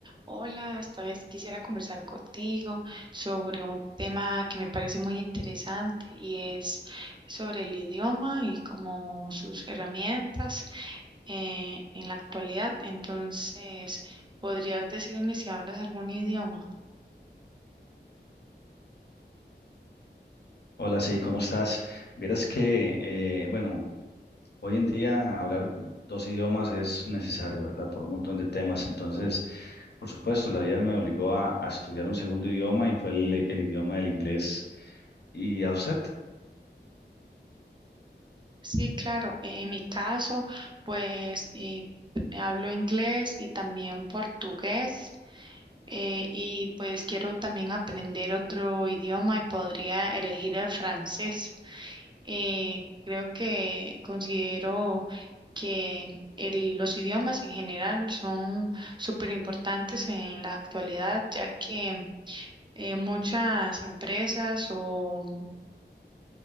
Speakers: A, on the right (about 25°); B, on the left (about 65°).
A: Hola, esta vez quisiera conversar contigo sobre un tema que me parece muy interesante y es sobre el idioma y como sus herramientas eh, en la actualidad. Entonces, ¿podrías decirme si hablas algún idioma?
B: Hola, sí, ¿cómo estás? Vieras que, eh, bueno, hoy en día hablar dos idiomas es necesario, ¿verdad? Por un montón de temas. Entonces, por supuesto, la vida me obligó a, a estudiar un segundo idioma y fue el, el idioma del inglés. ¿Y a usted?
A: Sí, claro. En mi caso, pues eh, hablo inglés y también portugués. eh, y pues quiero también aprender otro idioma y podría elegir el francés. Eh, creo que considero que el- los idiomas en general son súper importantes en la actualidad, ya que eh, muchas empresas o,